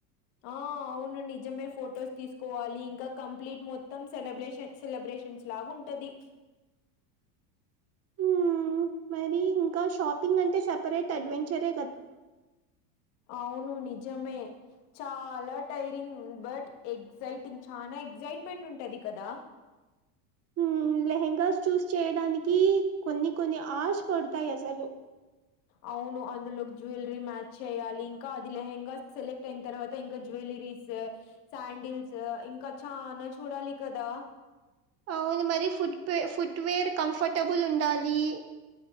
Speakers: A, on the left; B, on the right.
A: ఆ అవును నిజమే ఫొటోస్ తీసుకోవాలి ఇంకా కంప్లీట్ మొత్తం సెలబ్రేషన్ సెలబే పేషెంట్స్ లాగా ఉంటది
B: <inaudible> హు మరి ఇంకా షాపింగ్ అంటే సపరేట్ అడ్వెంచర్
A: అవును ని నిజమే చాలా టైరింగ్ బట్ ఎగ్జైటింగ్ చా ఎగ్జైట్ ఎక్సైట్ ఉంటంది కదా
B: హ్మ్. లెహెంగాస్ చూస్ చేయడానికి కొన్ని కొన్ని ఆశ పడతాయి అసలు
A: అవును అందులో జ్యువెలరీ మ్యాచ్ చేయాలి ఇంకా అది లెహంగా సెలెక్ట్ అయిన తర్వాత ఇంకా జ్యువెలరీ రీస్ శాండిల్స్ ఇంకా చాలా చూడాలి కదా
B: అవును మరి ఫుట్ ఫుట్వేర్ కంఫర్టబుల్ ఉండాలి